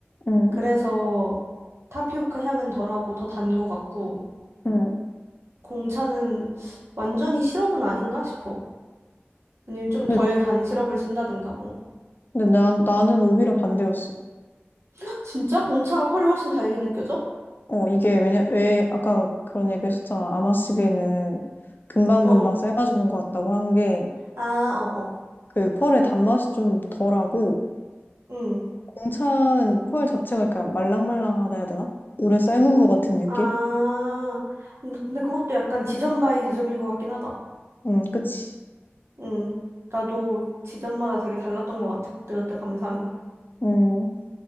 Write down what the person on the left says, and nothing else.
음,
음.
근데,
근데 나, 나는 오히려 반대였어.
어, 이게 왜냐, 왜 아까 그런 얘기 했었잖아. 아마시비는 금방금방
삶아주는 것 같다고 한 게,
그 펄의 단맛이 좀 덜하고,
공차는 펄 자체가 약간 말랑말랑하다 해야 되나? 오래 삶은 것 같은 느낌?
음, 그치.
음,